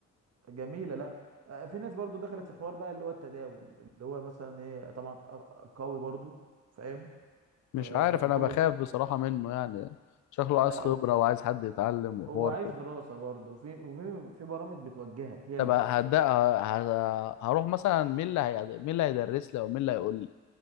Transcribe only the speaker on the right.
جميله لا آه، في ناس برضو دخلت في حوار بقى اللي هو التداول اللي هو مثلا ايه طبعا أ- أ- قوي برضو فاهم
آه
تداول
لا
هو
هو عايز
دراسه برضو وفي وفي في برامج بتوجهك هي
اللي بتوجهك